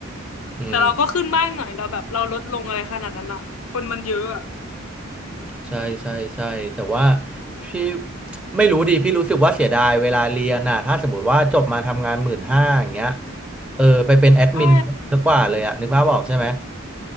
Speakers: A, in the centre; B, on the left.
A: อืม
B: แต่เราก็ขึ้นบ้างหน่อยเราแบบเราลดลงอะไรขนาดนั้นอะคนมันเยอะอะ
A: ใช่ใช่ใช่แต่ว่าพี่ไม่รู้ดิพี่รู้สึกว่าเสียดายเวลาเรียนน่ะถ้าสมมติว่าจบมาทำงานหมื่นห้าอย่างเงี้ยเออไปเป็นแอดมินดีกว่าเลยอะนึกภาพออกใช่ไหม
B: ใช่